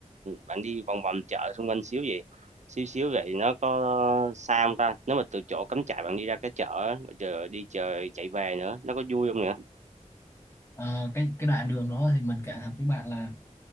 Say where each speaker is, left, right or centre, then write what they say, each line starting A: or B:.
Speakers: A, on the right; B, on the left.
A: bạn đi vòng vòng chợ xung quanh xíu vậy, xíu xíu vậy nó có xa không ta? Nếu mà từ chỗ cắm trại bạn đi ra cái chợ á, rồi chờ đi chờ chạy về nữa, nó có vui không nữa?
B: ờ, cái cái đoạn đường đó thì mình cảm thật với bạn là